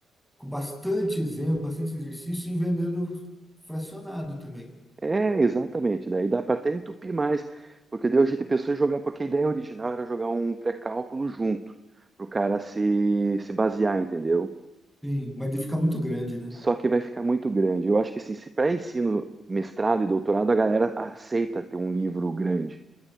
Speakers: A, in the centre; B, on the right.
A: com bastante exemplo, bastante exercício, e ir vendendo fracionado também.
B: É, exatamente. Daí dá para até entupir mais, porque daí a gente pensou em jogar, porque a ideia original era jogar um pré-cálculo junto, para o cara se, se basear, entendeu?
A: Sim, mas ele fica muito grande, né?
B: Só que vai ficar muito grande. Eu acho que assim, se para ensino, mestrado e doutorado, a galera aceita ter um livro grande,